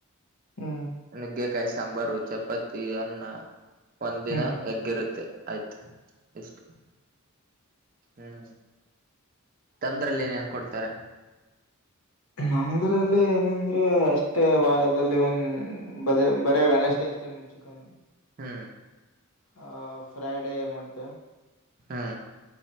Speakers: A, on the left; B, on the right.
A: ಹ್ಮ್
B: ನುಗ್ಗೆಕಾಯಿ ಸಾಂಬಾರು ಚಪಾತಿ ಅನ್ನ ಒಂದ ದಿನ
A: ಹ್ಮ್
B: ಯಗ್ಗ. ಇರುತ್ತೆ. ಆಯ್ತು ಎಷ್ಟ <unintelligible> ಹ್ಮ್ ತಂದ್ರಲ್ಲಿ ಏನ ಏನ್ ಕೊಡ್ತಾರೆ.
A: ನಮ್ಮದ್ರಲ್ಲಿ ಏನಂದ್ರೆ ಅಷ್ಟೇ ವಾ ಅಲ್ಲಿ ಒನ್ ಬರೇ ಬರೆ ವೆನಸ್ಡ ಅಷ್ಟೇ ಚಿಕನ್.
B: ಹ್ಮ್
A: ಆ ಫ್ರೈಡೆ ಮತ್ತೆ.
B: ಹಾ